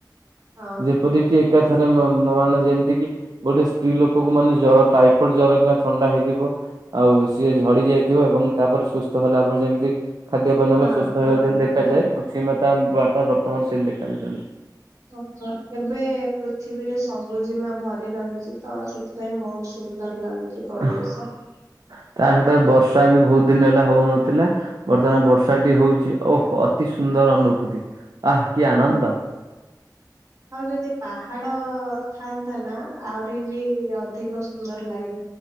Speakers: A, on the right; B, on the right.
A: ହଁ
B: ଯେପରିକି ଏକାଥରେ ମାନେ ଯେମିତି କି ଗୋଟେ ସ୍ତ୍ରୀ ଲୋକକୁ ମାନେ ଜର ଟାଇଫୋଡ ଜର କିମ୍ବା ଥଣ୍ଡା ହେଇଥିବ। ଆଉ ସିଏ ଝଡି ଯାଇଥିବ ଏବଂ ତାପରେ ସୁସ୍ଥ ହେଲା ପରେ ଯେମିତି ଖାଦ୍ୟ ପାନ
A: ହଁ
B: ସୁସ୍ଥ
A: ହଁ
B: ହେବା ଯେମତି
A: ହଁ।
B: ଦେଖାଯାଏ ପୃଥିବୀ ମାତା ବର୍ତ୍ତମାନ ସେମିତି ଦେଖାଯାଉଛନ୍ତି।
A: ହ ଏବେ ପୃଥିବୀରେ ସବୁଜିମା ଭରି ରହିଛି ତ ସେଥିପାଇଁ ବହୁତ ସୁନ୍ଦର ଲାଗୁଛି
B: ତା
A: ପରିବେଶ।
B: ସହିତ ବର୍ଷା ବି ବହୁତ ଦିନ ହେଲା ହଉନଥିଲା ବର୍ତ୍ତମାନ ବର୍ଷାଟି ହଉଛି ଓ ଅତି ସୁନ୍ଦର ଅନୁଭୂତି ଆଃ କି ଆନନ୍ଦ।
A: ହଁ ଆଉ ଯଦି ପାହାଡ ଥାନ୍ ନା ଆହୁରି ବି ଅଧିକ ସୁନ୍ଦର ଲାଗିଛି